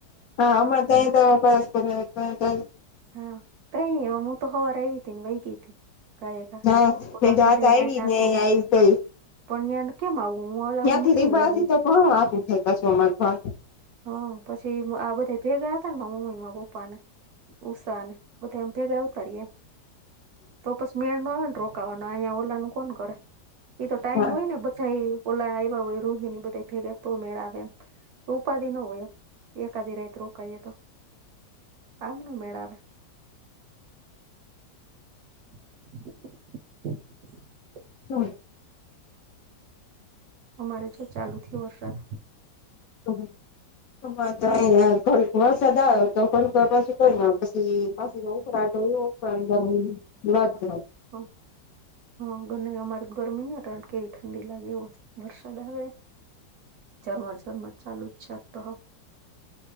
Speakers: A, on the left; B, on the right.
A: હા અમારે તો આયતો <unintelligible>
B: હા કઈ હું તો સવાર આવી હતી ને વહી ગઈ હતી. ઘાયઘા
A: હા
B: ઓલા
A: મેં
B: ન
A: ગાત
B: બધા
A: આવી
B: આયના
A: ને
B: હતા એટલે
A: આઈ તઈ
B: પણ્યાને કેમ આવું હું
A: ત્યાંથી
B: ઓ મૂકીને
A: રીબાથી
B: વઇ ગઇ.
A: તો ઘણું આઘું થાય પાછું અમારે
B: હા પછી આ બધા ભેગા હતા ને મારા મમ્મી પપ્પા ને ઉષા ને બધાય અમે ભેગા આવતા રયા તો પછી મેં. <unintelligible> રોકાવાના અહીંયા ઓલા નું કોણ કરે એ તો ટાઈમ
A: હા
B: હોય ને બધા એ ઓલા આવ્યા હોય રોહિને બધા ભેગા તો મેળ આવે એમ ઉપાધી ન હોય એમ એકાદી રાત રોકાઈએ તો આમ ન મેળ આવે. <inaudible>
A: <unintelligible>
B: અમારે જો ચાલુ થ્યો વરસાદ.
A: હ <unintelligible> અમારે તો આયા ઘડીક વરસાદ આવ્યો તો ઘડીવાર પાછું કઈ ન હોય પછી પાછું ઉકળાટ. પણ વાત વાત
B: હા હા ભલે અમારે ગરમી નહીં અટાણે કેવી ઠંડી લાગે એવો વરસાદ આવે ઝરમર ઝરમર ચાલુ જ છે આજ તો